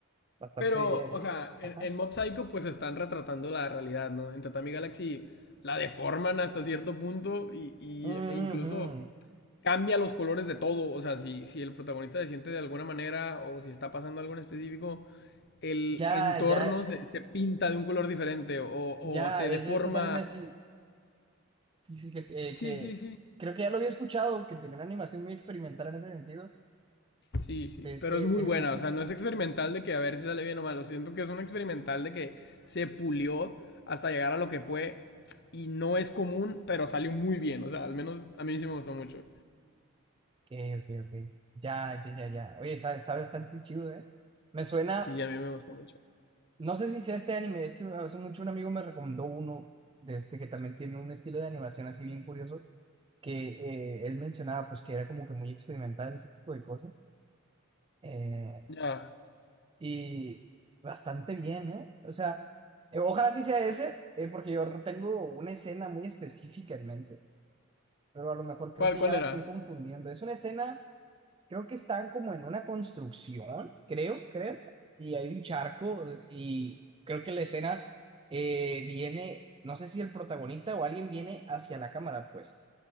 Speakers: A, on the right; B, on the left.
A: Bastante
B: Pero,
A: bien,
B: o
A: ¿eh?
B: sea, en,
A: Ajá.
B: en Mob Psycho pues están retratando la realidad, ¿no? En Tatami Galaxy la deforman hasta cierto punto y, y-
A: Ujú.
B: e incluso cambia los colores de todo. O sea, si, si el protagonista se siente de alguna manera o si está pasando algo en específico, el
A: Ya,
B: entorno
A: ya,
B: se, se pinta de un color diferente o, o
A: ya,
B: se
A: es
B: deforma.
A: de estos animes, sí, Sí, sí, que,
B: Sí,
A: eh, que
B: sí, sí.
A: creo que ya lo había escuchado, que tenía una animación muy experimental en ese sentido.
B: Sí, sí,
A: De este,
B: pero es muy buena,
A: es, es que,
B: o sea, no es experimental de que a ver si sale bien o mal, o sea, siento que es un experimental de que se pulió hasta llegar a lo que fue y no es común, pero salió muy bien, o sea, al menos a mí sí me gustó mucho.
A: ok, ok, ok. Ya, ya, ya, ya. Oye, está, está bastante chido, ¿eh? Me suena,
B: Sí, a mí me gustó mucho.
A: no sé si sea este anime, es que hace mucho un amigo me recomendó uno de este que también tiene un estilo de animación así bien curioso, que eh, él mencionaba pues que era como que muy experimental, ese tipo de cosas. eh,
B: Ya,
A: Y bastante bien, ¿eh? O sea, eh, ojalá sí sea ese, eh, porque yo tengo una escena muy específica en mente, pero a lo mejor creo
B: ¿cuál,
A: que
B: cuál
A: ya la
B: era?
A: estoy confundiendo. Es una escena, creo que están como en una construcción, creo, creo, y hay un charco eh, y creo que la escena eh, viene, no sé si el protagonista o alguien viene hacia la cámara, pues,